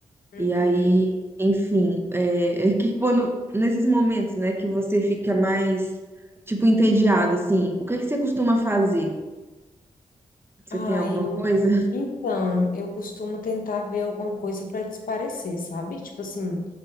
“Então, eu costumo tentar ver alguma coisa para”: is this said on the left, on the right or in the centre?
Left